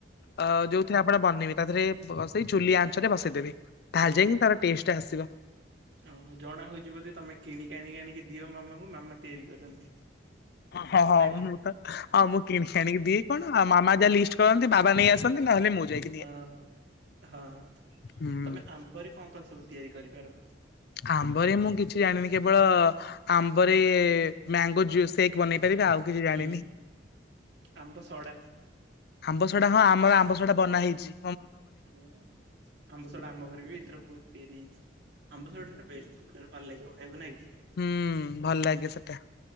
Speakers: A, on the left; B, on the right.
A: ଅ ଯୋଉଥିରେ ଆପଣ ବନେଇବେ ତାଧେରେ ବସେଇ ଚୁଲି ଆଞ୍ଚରେ ବସେଇଦେବେ। ତାହାଲେ
B: ହୁଁ
A: ଯାଇଁକି ତାର ଟେଷ୍ଟେ ଆସିବ।
B: ଓହୋ ଜଣା ହଉଚି ବୋଧେ ତମେ କିଣିକି ଆଣିକି ଆଣିକି ଦିଅ ମାମାଙ୍କୁ ମାମା ତିଆରି କରନ୍ତି।
A: ହଁ ହଁ
B: ନା କି
A: ମୁଁ ତ ହଁ ମୁଁ କିଣିି ଆଣିକି ଦିଏ କଣ ଆ ମାମା ଯାହା ଲିଷ୍ଟ କରନ୍ତି ବାବା ନେଇ ଆସନ୍ତି ନହେଲେ ମୁଁ ଯାଇ
B: ହଁ ହଁ
A: ହୁଁ।
B: ତମେ ଆମ୍ବରେ କଣ କଣ ସବୁ ତିଆରି କରିପାର?
A: ଆମ୍ବରେ ମୁଁ କିଛି ଜାଣିନି କେବଳ ଆମ୍ବରେ ମ୍ୟାଙ୍ଗୋ ଜୁସ୍ ସେକ୍ ବନେଇ ପାରିବି ତ ଆଉ କିଛି ଜାଣିନି।
B: ହୁଁ ଆମ୍ବ ସଡ଼ା।
A: ଆମ୍ବସଡ଼ା ହଁ ଆମର ଆମ୍ବସଡ଼ା ବନା ହେଇଚି।
B: ହଁ ଆମ୍ବସଡ଼ା ଆମ ଘରେ ବି ଏଇଥର ବୋହୁତ ତିଆରି ହେଇଚି। ଆମ୍ବସଡ଼ା ହେଟା ବେଷ୍ଟ୍ ସବୁଠାରୁ। ଭଲ ଲାଗିବ ଖାଇବାକୁ, ନାଁ କି?
A: ହୁଁ ଭଲ ଲାଗେ ସେଟା